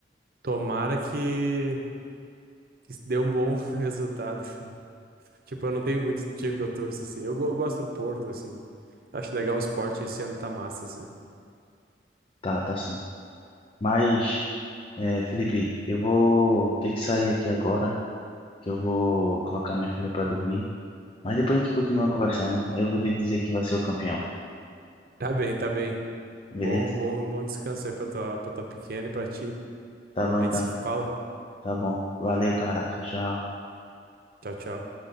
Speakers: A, on the right; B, on the left.
A: Tomara que... que deu um bom <laughs> resultado. Tipo, eu não tenho muito time que eu torço assim. Eu, go- eu gosto do Porto, assim. Acho legal o esporte. Esse ano tá massa, assim.
B: Tá, tá sim. Mas É, Felipe, eu vou ter que sair aqui agora, que eu vou colocar minha filha para dormir. Mas depois a gente continua conversando. Aí eu vou te dizer quem vai ser o campeão,
A: Tá bem, tá bem.
B: beleza?
A: Bom, bom, bom descanso aí pra tua, pra tua pequena e pra ti.
B: Tá bom
A: A
B: então,
A: gente se fala.
B: tá bom. Valeu, cara. Tchau, tchau.
A: Tchau, tchau.